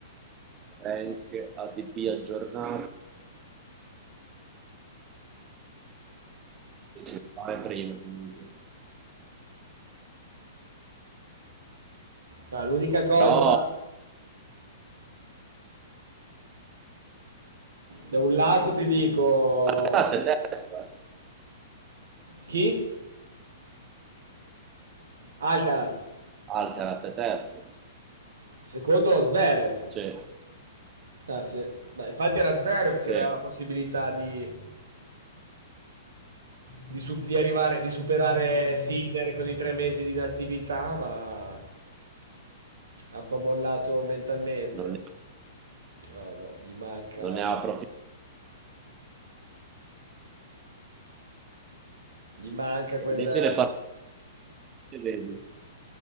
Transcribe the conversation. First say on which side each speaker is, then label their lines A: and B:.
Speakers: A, on the right; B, on the right.
A: Rank, ATP aggiornato, si fa prima comunque.
B: Ah, l'unica cosa,
A: Però
B: da un lato ti dico
A: Alcaraz è terzo. eh.
B: chi? Alcaraz.
A: Alcaraz è terzo.
B: Secondo Zverev.
A: Cioè,
B: Ah, sì. Dai, infatti era Zverev che
A: cioè,
B: aveva la possibilità di di, su- di arrivare, di superare Sinner con i tre mesi di inattività, ma ha un po' mollato mentalmente.
A: non ne,
B: Ah, no, gli manca,
A: non ne ha approfittato.
B: gli manca quel...
A: E invece le partite, vedi,